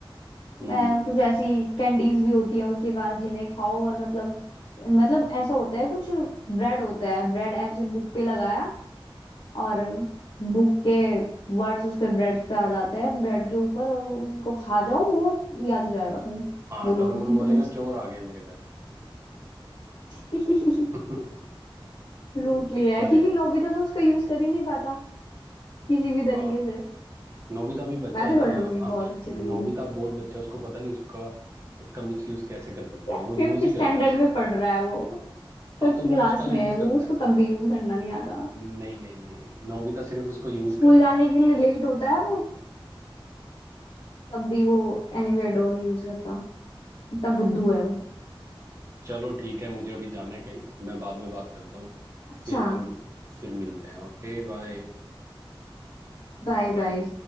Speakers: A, on the right; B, on the left.
A: हम्म
B: मैं कुछ ऐसी कैंडीज भी होती है उसके पास जिन्हें खाओ और मतलब मतलब ऐसा होता है कुछ ब्रेड होता है ब्रेड ऐसे बुक पे लगाया और बुक के वर्ड्स उस पे ब्रेड पे आ जाते हैं ब्रेड के ऊपर और उनको खा जाओ वो याद हो जाएगा तुम्हें
A: हाँ
B: बोलोगी
A: डोरेमोन
B: नहीं
A: बोलेगा
B: तुम उसको
A: चोर आ गए मेरे घर
B: <laughs>
A: <laughs>
B: लूट लिया
A: पर
B: है क्योंकि नोबिता तो उसका यूज कर ही नहीं पाता किसी भी तरीके
A: हाँ
B: से
A: नोबिता भी बच्चा
B: मैं
A: है
B: तो
A: ना
B: कर लूंगी
A: हाँ,
B: बहुत अच्छे तरीके
A: नोबिता बहुत बच्चा है, उसको पता नहीं उसका उसका मिसयूज कैसे कर सकते
B: यार
A: हैं वो
B: फिफ्थ
A: यूज ही
B: स्टैंडर्ड
A: करता है उसका
B: में पढ़ रहा है वो
A: हाँ
B: फिफ्थ
A: तो
B: क्लास
A: वो उसका
B: में
A: यूज
B: है
A: करता
B: वो उसको
A: है
B: तब भी यूज करना नहीं आता
A: नहीं नहीं नहीं नहीं नोबिता सिर्फ उसको यूज
B: स्कूल
A: कर रहा
B: जाने
A: है
B: के लिए लेट होता है वो तब भी वो एनीवेयर डोर नहीं यूज करता इतना बुद्धू है वो
A: चलो ठीक है मुझे अभी जाना है कहीं मैं बाद में बात करता हूँ
B: अच्छा
A: फिर हम फिर मिलते हैं ओके बाय
B: बाय
A: बाय
B: बाय